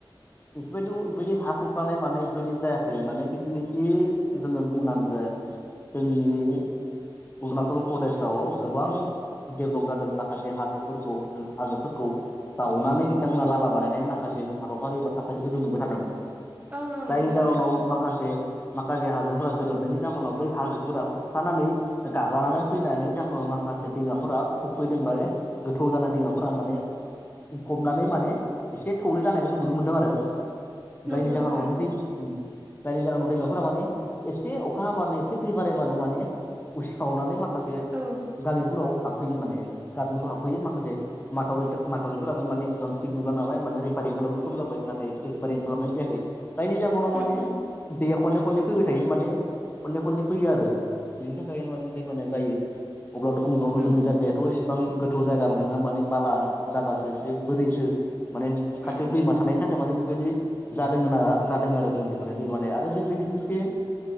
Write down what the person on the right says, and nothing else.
ओं ओं
नुदों
नोंथां
नंगौ
नोंथां
ओं।
औ
उम उम
नंगौ
उम